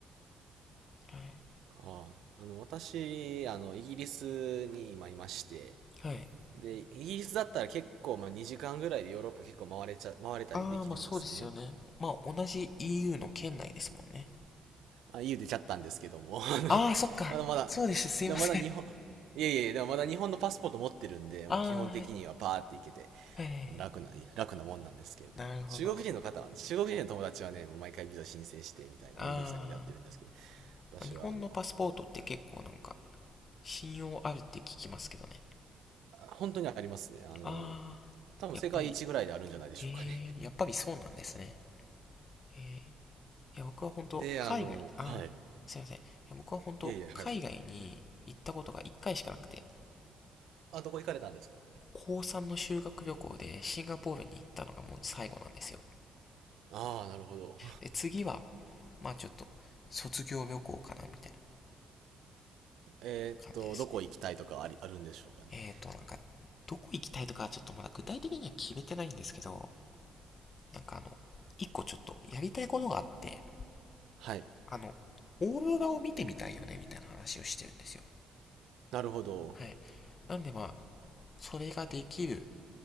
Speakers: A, on the left; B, on the right.
A: はい。
B: ああ、あの、私、あの、イギリスに今いまして、
A: はい。
B: で、イギリスだったら結構、まあ、2時間ぐらいでヨーロッパ結構回れちゃ、回れたりできるんですね。
A: ああ、まあそうですよね。まあ同じ EU の県内ですもんね。
B: あ、言う出ちゃったんですけども、<laughs> あの、
A: ああ、そっか。
B: あのまだ、
A: そうでした。すいません。
B: でもまだ日本、いやいやいや、でもまだ日本のパスポート持ってるんで、
A: ああ、
B: もう基本的にはパーって行けて、
A: はい。はい。
B: 楽な、楽なもんなんですけれども。
A: なるほど。
B: 中国人の方はね、中国人の友達はね、もう毎回ビザ申請してみたいなめんどくさいことやってるんですけど、
A: あ
B: 私はあの、
A: ー、日本のパスポートって結構なんか、信用あるって聞きますけどね。
B: 本当にありますね。あの、
A: あー、
B: 多分世界一ぐらいであるんじゃないでしょうかね。
A: やっぱり、えー、やっぱりそうなんですね。えー、いや、僕は本当海外、
B: <laughs> で、あの、
A: あー、
B: はい。
A: すいません。いや、僕は本当海外に行ったことが1回しかなくて、
B: いやいや、はい。あ、どこ行かれたんですか
A: 高3の修学旅行でシンガポールに行ったのがもう最後なんですよ。
B: ああ、なるほど。
A: で、次は、まあちょっと、卒業旅行かな、みたいな
B: <laughs> えーっと、
A: 感じですね。
B: どこ行きたいとかあり、あるんでしょうかね。
A: えーと、なんか、どこ行きたいとかはちょっとまだ具体的には決めてないんですけど、なんかあの、一個ちょっとやりたいことがあって、
B: はい。
A: あの、オーロラを見てみたいよね、みたいな話をしてるんですよ。
B: なるほど。
A: はい。なんでまあ、それができる、